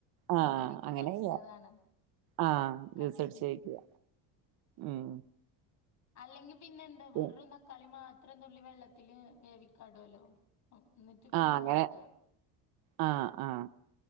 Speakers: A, on the left; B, on the right.
A: മീൻകറിക്ക്
B: ആഹ അങ്ങനെെയ്യ
A: ടേസ്റ്റ് അതാണ്.
B: ആഹ ജൂസ്ടിച്ചയ്ക്കുക
A: അരച്ച്
B: ഉം
A: അല്ലെങ്കിൽ പിന്നെ എന്ത വെറുംന്ത
B: ഉം.
A: കളിമ അത്രയും തുള്ളി വെള്ളത്തില് വേവിക്കാടുല്ലോ എന്നിട്ട് പിന്നെ
B: ആ അങ്ങനെ
A: വാട്ടുക
B: ആ ആ